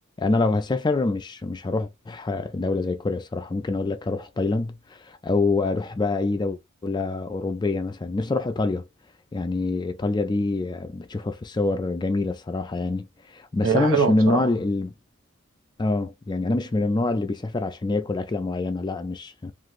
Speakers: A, on the left; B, on the right.
A: لو هسافر مش مش هروح دولة زي كوريا الصراحة ممكن أقول لك أروح تايلاند أو أروح بقى أي دولة أوروبية مثلا نفسي أروح إيطاليا يعني إيطاليا دي بتشوفها في الصور جميلة الصراحة يعني بس
B: هي
A: أنا
B: حلوه
A: مش من
B: بصراحه
A: النوع اللي اه يعني انا مش من النوع اللي بيسافر عشان ياكل اكله معينه لا مش